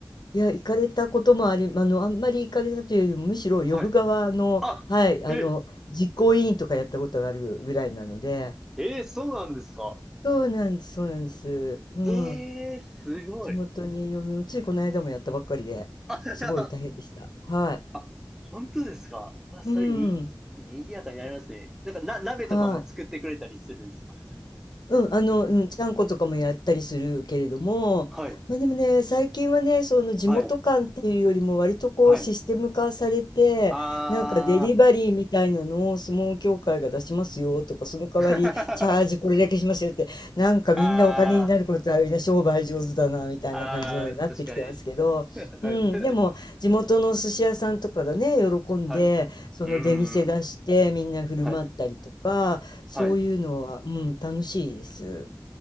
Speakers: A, on the left; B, in the centre.
A: いや、行かれたこともあり、あの、あんまり行かれたというよりも、むしろ呼ぶ側の、
B: はい。あ、
A: はい、あの、
B: え、
A: 実行委員とかやったことがあるぐらいなので、
B: えー、そうなんですか
A: そうなんです、そうなんです。うん。
B: ええ、すごい。
A: 地元に嫁も、ついこの間もやったばっかりで、
B: あ、<laughs>
A: すごい大変でした。はい。
B: あ、本当ですかあ、それに、
A: うん。
B: 賑やかになりますね。なんか、な、鍋とかも作ってくれたりするんですか
A: はい。うん、あの、うん、ちゃんことかもやったりするけれども、
B: <laughs> はい、
A: まあ、でもね、最近はね、その地元感っていうよりも割とこうシステム化されて、
B: はい、はい。あー、
A: なんかデリバリーみたいなのを相撲協会が出しますよとか、その代わりチャージこれだけしますよって、
B: <laughs>
A: なんかみんなお金になることはみんな商売上手だなみたいな感じのになってきてますけど、
B: あー、あー、確かに。<laughs> は
A: うん、でも地元の寿司屋さんとかがね、
B: い。
A: 喜んで、
B: はい。う
A: その出店出してみんな振る舞ったりとか、
B: ーん。はい。
A: そういうのは、
B: はい。
A: うん、楽しいです。